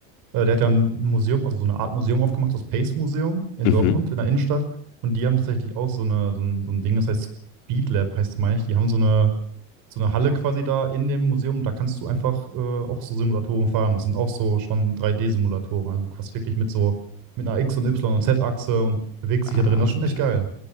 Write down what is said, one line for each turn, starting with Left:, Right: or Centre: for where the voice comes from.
Right: Äh, der hat ja ein Museum, also so eine Art Museum aufgemacht, das Pace Museum in
Left: Mhm.
Right: Dortmund, in der Innenstadt. Und die haben tatsächlich auch so, eine, so, ein, so ein Ding, das heißt Speed Lab, heißt es, meine ich. Die haben so eine, so eine Halle quasi da in dem Museum. Da kannst du einfach äh, auch so Simulatoren fahren. Das sind auch so schon 3D-Simulatoren. Also du fährst wirklich mit so mit einer X- und Y- und Z-Achse und bewegst
Left: Ah,
Right: dich da drin. Das ist schon
Left: geil.
Right: echt geil.